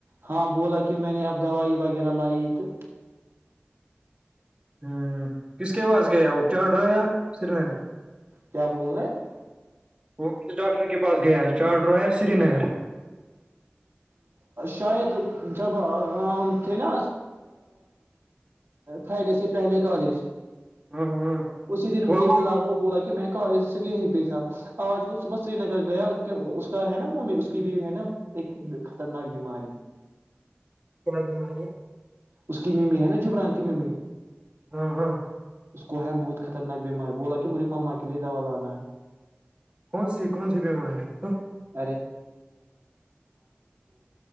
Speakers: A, on the right; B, on the right.
A: ہاں بولا کہ میں نے اب دوائی وغیرہ لائی تو
B: ہوں کس کے بااز گ وہ چاھ رہا سری نگر
A: کیا بول رہیں ہیں
B: وہ کس ڈاکٹر کے پاس گیا چار ڈرایا سری نگر
A: شاید جب ہم تھے نا فرائیڈے سے پہلے کالج
B: ہاں ہاں
A: اسی دن مجھے
B: وہ ہم
A: ملا وہ بولا کہ میں سے یہیں پہ تھا آج وہ صبح سری نگر گیا اس کا ہے نا ممی اس کی بھی ہے نا <unintelligible>
B: <unintelligible>
A: اس کی میمی ہے نا جبران کی ممی
B: <unintelligible>
A: اس کو ہے بہت خطرناک بیماری بولا کہ مجھے ماما کے لیے دوا لانا ہے
B: کون سی کون سی بیماری ہے
A: <unintelligible>